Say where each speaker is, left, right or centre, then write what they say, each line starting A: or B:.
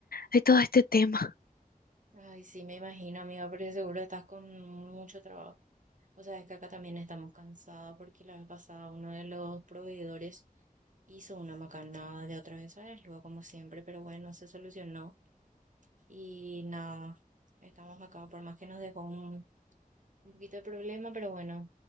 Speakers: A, on the left; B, on the right.
A: de todo este tema.
B: Ay, sí, me imagino, amiga, porque seguro estás con mucho trabajo. O sea, es que acá también estamos cansadas porque la vez pasada uno de los proveedores hizo una macanada de otra vez a él, luego como siempre, pero bueno, se solucionó y nada, estamos acá, por más que nos dejó un un poquito de problema, pero bueno,